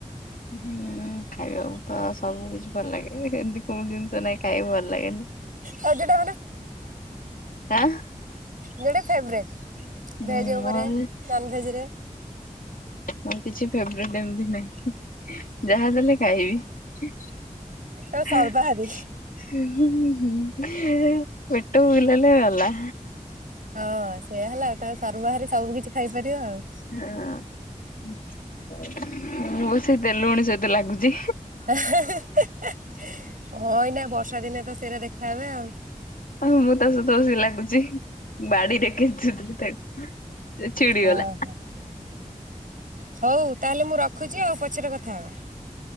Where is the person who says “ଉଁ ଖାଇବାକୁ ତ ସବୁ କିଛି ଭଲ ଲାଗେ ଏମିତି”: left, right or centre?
Left